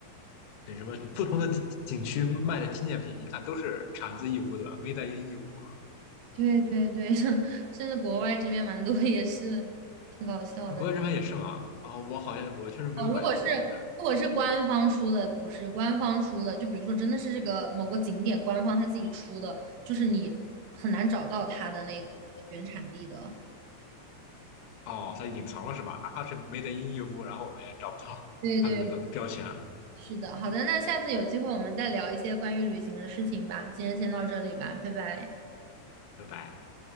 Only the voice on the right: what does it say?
对对对对，<laughs> 甚至国外这边蛮多也是挺搞笑的
哦。如果是如果是官方出的，不是官方出的，就比如说真的是这个某个景点官方他自己出的，就是你很难找到它的那个原产地的。
对对，
是的，好的，那下次有机会我们再聊一些关于旅行的事情吧。今天先到这里吧，拜拜。